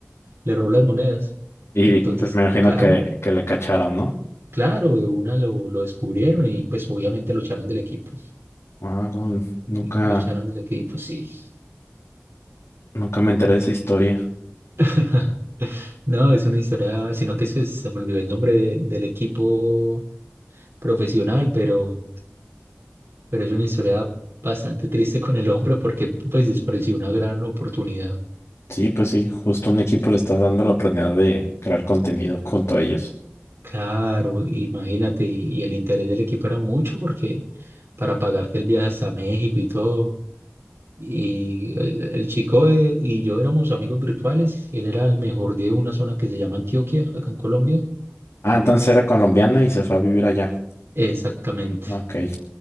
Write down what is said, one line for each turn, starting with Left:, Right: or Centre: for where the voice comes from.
Right: le robó las monedas.
Left: Y
Right: Entonces,
Left: pues me imagino
Right: claro.
Left: que, que le cacharon, ¿no?
Right: Claro, de una lo, lo descubrieron y pues obviamente lo echaron del equipo.
Left: Ah, bueno, nunca,
Right: Lo echaron del equipo, sí.
Left: nunca me enteré de esa historia.
Right: <laughs> No, es una historia, sino que se, se me olvidó el nombre de- del equipo profesional, pero, pero es una historia bastante triste con el hombre porque pues desperdició una gran oportunidad.
Left: Sí, pues sí, justo un equipo le está dando la oportunidad de crear contenido junto a ellos.
Right: Claro, imagínate, y, y el interés del equipo era mucho porque para pagarte el viaje hasta México y todo. Y el, el chico eh, y yo éramos amigos virtuales. Él era el mejor de una zona que se llama Antioquia, acá en Colombia.
Left: Ah, entonces era colombiana y se fue a vivir allá.
Right: Exactamente.
Left: Ok,